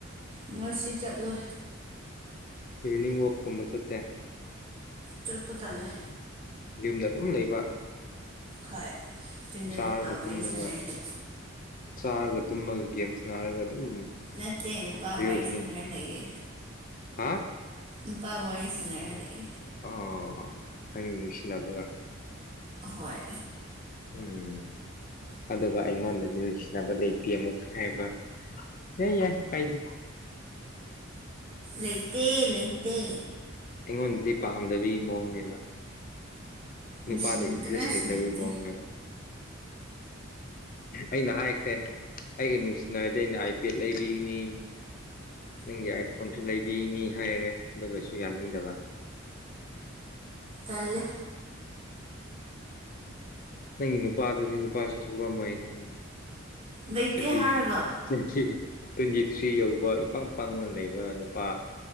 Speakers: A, on the right; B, on the left.
A: ꯉꯁꯤ ꯆꯠꯂꯣꯏ꯫
B: ꯏꯚꯅꯤꯡ ꯋꯥꯛꯀꯨꯝꯕ ꯆꯠꯇꯦ
A: ꯆꯠꯄ ꯇꯜꯂꯦ꯫
B: ꯌꯨꯝꯗ ꯑꯗꯨꯝ ꯂꯩꯕ꯫
A: ꯍꯣꯏ ꯌꯨꯝꯅ
B: ꯆꯥꯔꯒ
A: ꯅꯨꯄꯥ ꯋꯥꯔꯤ
B: ꯇꯨꯝꯃꯒ
A: ꯋꯥꯔꯤ ꯁꯥꯟꯅꯔ <unintelligible>
B: ꯆꯥꯔꯒ ꯇꯨꯝꯃꯒ ꯒꯦꯝꯁ ꯅꯥꯔꯒ ꯑꯗꯨꯝ
A: ꯅꯠꯇꯦ ꯅꯨꯄꯥ
B: ꯔꯤꯜꯁꯅꯦ
A: ꯋꯥꯔꯤ ꯁꯥꯟꯅꯔ ꯂꯩꯌꯦ
B: ꯍꯥ꯫
A: ꯅꯨꯄꯥꯒ ꯋꯥꯔꯤ ꯁꯥꯟꯅꯔ ꯂꯩ꯫
B: ꯑ ꯍꯪ ꯅꯤꯡꯁꯤꯅꯕꯒ
A: ꯍꯣꯏ
B: ꯎꯝ ꯑꯗꯨꯒ ꯑꯩꯉꯣꯟꯗꯗꯤ ꯅꯨꯡꯁꯤꯅꯕ ꯂꯩꯇꯦ ꯑꯃꯨꯛ ꯍꯥꯏꯕ ꯍ ꯌꯥꯏ ꯀꯥꯏꯗꯤ
A: ꯂꯩꯇꯦ ꯂꯩꯇꯦ꯫
B: ꯑꯩꯉꯣꯟꯗꯗꯤ ꯄꯥꯝꯗꯕꯒꯤ ꯃꯑꯣꯡꯅꯦꯕ꯫ ꯅꯨꯄꯥꯗ
A: ꯅꯨꯡꯁꯤꯅꯕ
B: ꯏꯟꯇꯔꯦꯁ
A: ꯀꯅꯥꯁꯨ
B: ꯂꯩꯇꯕ
A: ꯂꯩꯇꯦ
B: ꯃꯥꯂꯦꯗ꯫ ꯑꯩꯅ ꯍꯥꯏꯈ꯭ꯔꯦ ꯑꯩꯒ ꯅꯨꯡꯁꯤꯅꯔꯗꯤ ꯑꯩꯅ ꯑꯥꯏꯄꯦꯗ ꯂꯩꯕꯤꯒꯅꯤ꯫ ꯅꯪꯒꯤ ꯑꯥꯏꯠ ꯐꯣꯟꯁꯨ ꯂꯩꯕꯤꯅꯤ ꯍꯥꯏꯔꯦ ꯑꯗꯨꯒꯩꯁꯨ ꯌꯥꯅꯤꯡꯗꯕ
A: ꯇꯂꯦ
B: ꯅꯪ ꯅꯨꯄꯥꯗꯗꯤ ꯅꯨꯄꯥꯁꯨ ꯊꯣꯛꯂꯛꯝꯃꯣꯏ ꯈꯪꯉꯤ
A: ꯂꯩꯇꯦ
B: ꯆꯍꯤ
A: ꯍꯥꯏꯔꯒ
B: <unintelligible> ꯇ꯭ꯋꯦꯟꯇꯤ ꯊ꯭ꯔꯤ ꯌꯧꯕ ꯏꯄꯪ ꯄꯪꯅ ꯂꯩꯕ ꯅꯨꯄꯥ